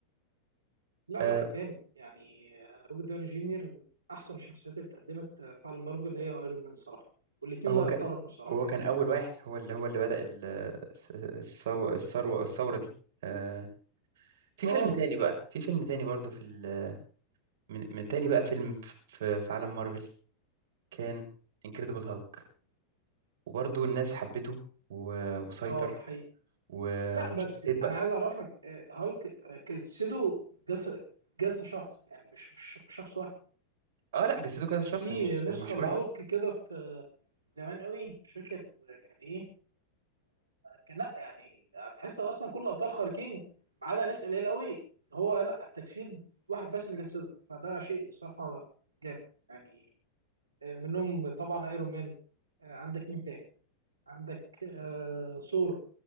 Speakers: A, on the right; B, on the right.
A: لا
B: آه
A: لا جامد يعني آه، روبرت داوني جونيور من احسن الشخصيات اللي اتقدمت آه، في عالم مارفل هي ايرون مان صراحه والاثنين
B: هو
A: لا
B: كان
A: يفترقوا الصراحه
B: هو
A: يعني
B: كان اول واحد هو اللي هو اللي بدأ ال- الس- الثو- الثروه الثوره دي آه في
A: اه
B: فيلم تاني بقى في فيلم تاني برضو في ال- من, من تاني بقى فيلم ف- في, في عالم مارفل كان انكريدبل هالك وبرضو الناس حبته و- وسيطر
A: اه ده حقيقي
B: و-
A: لا
B: وشخصيه
A: بس
B: بقى
A: انا عايز اعرفك آه، هالك آه، جسده جس جسم شخص يعني مش مش مش شخص واحد
B: اه لا جسده كذا
A: كان
B: شخص
A: في
B: مش
A: نسخه
B: مش
A: لهالك
B: واحد
A: كده في زمان قوي مش فاكر كان ايه كان لا يعني هتحس اصلا كل الابطال خارقين ما عدا ناس قليل قوي هو لا تجسيد واحد بس اللي جسده فده شيء صراحه جامد يعني آه، منهم طبعا ايرون مان آه، عندك مين تاني عندك آه، ثور